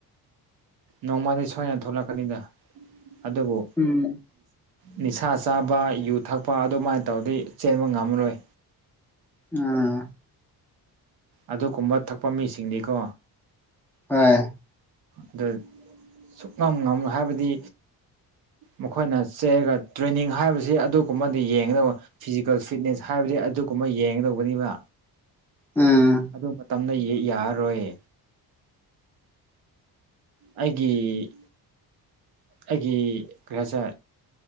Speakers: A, on the right; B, in the centre.
A: ꯅꯣꯡꯃꯗꯤ ꯁꯣꯏꯅ ꯊꯣꯛꯂꯛꯀꯅꯤꯗ ꯑꯗꯨꯕꯨ
B: ꯎꯝ
A: ꯅꯤꯁꯥ ꯆꯥꯕ ꯌꯨ ꯊꯛꯄ ꯑꯗꯨꯃꯥꯏꯅ ꯇꯧꯔꯗꯤ ꯆꯦꯟꯕ ꯉꯝꯃꯔꯣꯏ
B: ꯑꯥ
A: ꯑꯗꯨꯒꯨꯝꯕ ꯊꯛꯄ ꯃꯤꯁꯤꯡꯅꯤꯀꯣ
B: ꯑ
A: ꯑꯗꯨ ꯁꯨ ꯉꯝ ꯉꯝ ꯍꯥꯏꯕꯗꯤ ꯃꯈꯣꯏꯅ ꯆꯦꯂꯒ ꯇ꯭ꯔꯦꯟꯅꯤꯡ ꯍꯥꯏꯕꯁꯤ ꯑꯗꯨꯒꯨꯝꯕꯗꯤ ꯌꯦꯡꯒꯗꯕ ꯐꯤꯖꯤꯀꯦꯜ ꯐꯤꯠꯅꯦꯁ ꯍꯥꯏꯕꯗꯤ ꯑꯗꯨꯒꯨꯝꯕ ꯌꯦꯡꯒꯗꯧꯕꯅꯤꯕ
B: ꯎꯝ
A: ꯑꯗꯨ ꯃꯇꯝꯗ ꯌ ꯌꯥꯔꯔꯣꯏ ꯑꯩꯒꯤ ꯑꯩꯒꯤ ꯀꯀꯁꯦ